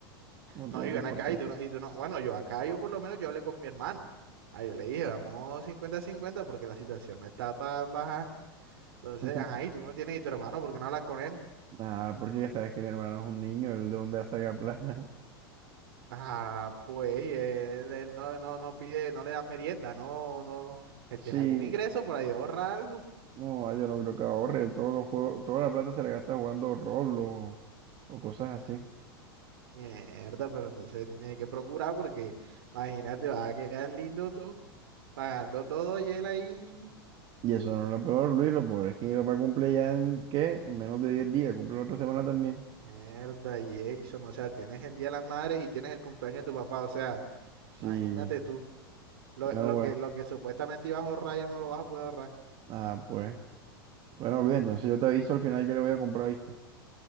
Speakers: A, on the right; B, on the right.
A: uno
B: No,
A: tiene
B: y
A: que
B: ven
A: esforzarse.
B: acá y tú no, y tú no. Bueno, yo acá, yo por lo menos yo hablé con mi hermano. Ahí yo le dije, vamos cincuenta a cincuenta porque la situación no está para... Pa, Entonces,
A: <laughs>
B: ajá, y tú no tienes y tu hermano, ¿por qué no hablas con él?
A: Ah, porque ya sabes que mi hermano es un niño, él de dónde va a sacar plata. <laughs>
B: Ajá, pues, y él, él no, no, no pide, no le dan merienda, no, no. Él
A: Sí,
B: tiene algún ingreso por ahí, ahorra algo.
A: no, ah, yo no creo que ahorre, él todos los juegos, toda la plata se la gasta jugando Roblox o cosas así.
B: Mierda, pero entonces tienes que procurar porque imagínate, vas a quedar lindo tú pagando todo y él ahí.
A: Y eso no es lo peor, Luis, lo peor es que mi papá cumple ya en, ¿qué? En menos de 10 días, cumple la otra semana también.
B: Mierda, y eso, o sea, tienes el Día de las Madres y tienes el cumpleaños de tu papá, o sea,
A: Sí,
B: imagínate tú, lo,
A: bueno,
B: lo
A: bueno.
B: que, lo que supuestamente ibas a ahorrar ya no lo vas a poder ahorrar.
A: Ah, pues. Bueno, Luis, entonces yo te aviso al final que le voy a comprar, ¿viste?